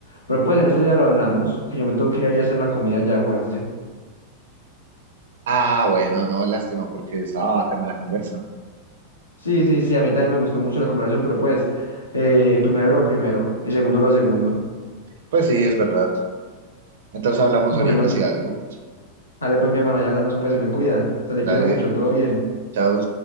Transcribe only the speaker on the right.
Ah, bueno, no, lástima, porque estaba bacana la conversa.
Pues sí, es verdad. Entonces hablamos
ahorita si algo.
Dale,
chao.